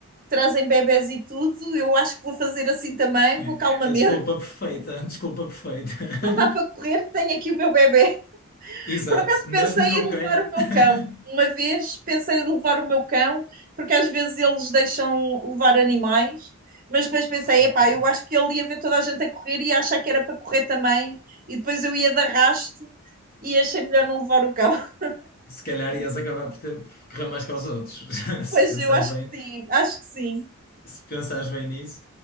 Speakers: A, on the right; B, on the left.
A: trazem bebés e tudo, eu acho que vou fazer assim também,
B: <laughs>
A: vou calmamente
B: é desculpa perfeita, <laughs> desculpa perfeita. <laughs>
A: não dá para correr, tenho aqui o meu bebê.
B: Exato,
A: Por acaso
B: mesmo
A: pensei
B: que eu
A: em
B: queira.
A: levar o meu cão.
B: <laughs>
A: Uma vez pensei em levar o meu cão, porque às vezes eles deixam levar animais, mas depois pensei,
B: Ok.
A: epá, eu acho que ele ia ver toda a gente a correr e ia achar que era para correr também, e depois eu ia de arrasto e achei melhor não levar o cão. <laughs>
B: Se calhar ias acabar por, ter- por correr mais que aos outros, <laughs> se
A: Pois
B: pensares
A: eu acho
B: bem,
A: que sim, acho que sim.
B: se pensares bem nisso.